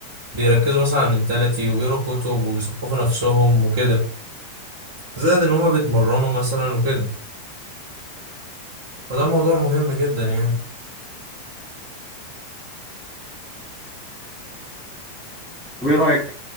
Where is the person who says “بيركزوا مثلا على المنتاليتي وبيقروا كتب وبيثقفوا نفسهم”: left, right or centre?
Right